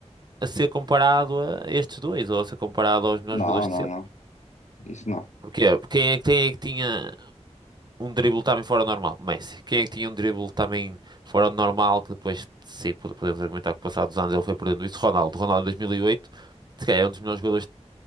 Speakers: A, on the right; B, on the left.
A: a ser comparado a estes dois, ou a ser comparado aos melhores
B: Não,
A: jogadores de
B: não,
A: sempre.
B: não. Isso não.
A: Porquê? Quem é, quem é que tinha um drible também fora do normal. Messi. Quem é que tinha um drible também fora do normal, que depois, sim, pod- podemos argumentar que passados anos ele foi perdendo isso? Ronaldo. Ronaldo em 2008, se calhar é um dos melhores jogadores